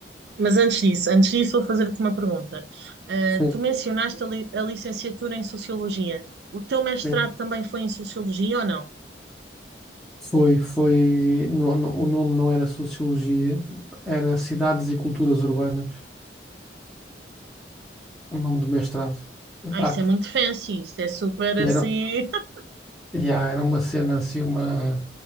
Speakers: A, on the right; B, in the centre.
A: Mas antes disso, antes disso, vou fazer-te uma pergunta. Ah,
B: Sim,
A: tu mencionaste a, li- a licenciatura em Sociologia. O teu mestrado
B: sim.
A: também foi em Sociologia ou não?
B: Foi, foi, não- não- o nome não era Sociologia, era Cidades e Culturas Urbanas, o nome do mestrado. Epá,
A: Ah, isso
B: que,
A: é muito fancy, isso é super
B: que
A: assim.
B: era.
A: <laughs>
B: Yeah, era uma cena assim, uma,